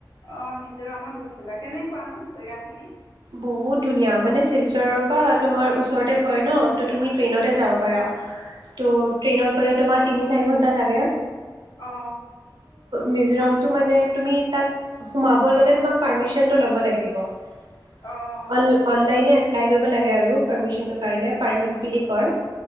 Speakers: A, on the left (about 85°); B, on the right (about 80°).
A: অ মিজোৰামত গৈছিলা কেনেকুৱানো জেগাখিনি
B: বহুত ধুনীয়া মানে শিলচৰৰ পৰা তোমাৰ ওচৰতে পৰে ন ত তুমি ট্ৰেইনতে যাব পাৰা। ত' ট্ৰেইনত গ'লে তোমাৰ তিনি চাৰি। টা লাগে
A: অ
B: মিজোৰামৰ টো মানে তুমি তাত সোমাব ললে তুমি তাত পাৰমিচনটো লব লাগিব অ
A: অঁ
B: অনলাইনে। লাই কৰিব লাগে আৰু পাৰ্মিচনটো কাৰণে পাৰ্মিট বুলি কয়।